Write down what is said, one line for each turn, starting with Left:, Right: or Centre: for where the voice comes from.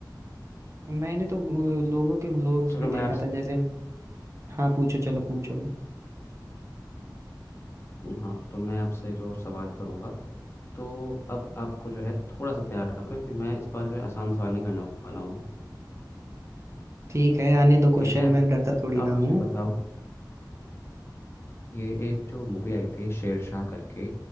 Right: <laughs> मैंने तो वो लोगों के व्लॉग्स
Left: चलो
Right: में
Left: मैं
Right: देखा
Left: आपसे
Right: था जैसे हाँ पूछो चलो पूछो
Left: हाँ तो मैं आपसे जो सवाल करूँगा तो अब आपको जो है थोड़ा सा तैयार रहना पड़ेगा क्योंकि मैं इस बार जो है आसान सवाल नहीं करने वाला हूँ
Right: ठीक है आने दो क्वेश्चन
Left: ठीक है
Right: मैं डरता थोड़ी
Left: तो आप
Right: ना
Left: मुझे
Right: हूँ
Left: बताओ ये एक जो मूवी आई थी शेरशाह करके